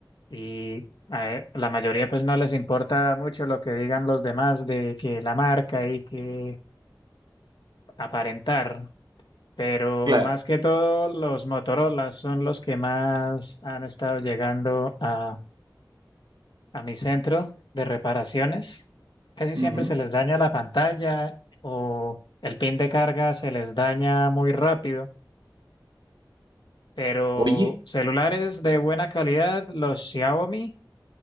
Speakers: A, on the left (about 75°); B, on the right (about 75°).
A: Y eh, la mayoría pues no les importa mucho lo que digan los demás de que la marca y que aparentar, pero
B: Claro.
A: más que todo los Motorola son los que más han estado llegando a, a mi centro de reparaciones. Casi siempre
B: Ujú.
A: se les daña la pantalla o el pin de carga se les daña muy rápido, pero
B: Oye,
A: celulares de buena calidad, los Xiaomi